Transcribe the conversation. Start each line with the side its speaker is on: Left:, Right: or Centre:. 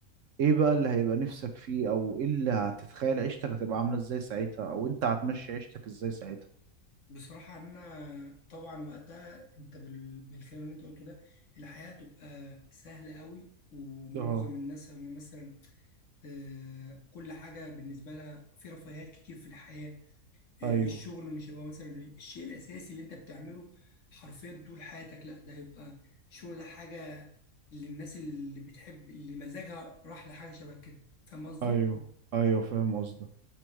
Right: ايه بقى اللي هيبقى نفسك فيه او ايه اللي هتتخيل عيشتك هتبقى عاملة ازاي ساعتها او انت هتمشي عيشتك ازاي ساعتها
Left: بصراحة أنا طبعا وقتها أنت بال... بالكلام اللي أنت قلته ده الحياة هتبقى سهلة قوي ومعظم
Right: اه
Left: الناس هم مثلا آه، كل حاجة بالنسبة لها في رفاهيات كتير في الحياة الشغل
Right: ايوه
Left: مش هيبقى مثلا الشيء الأساسي اللي أنت بتعمله حرفيا طول حياتك لا ده هيبقى الشغل ده حاجة للناس اللي بتحب اللي مزاجها راح لحاجة شبه كده فاهم قصدي؟
Right: ايوه ايوه فاهم قصدك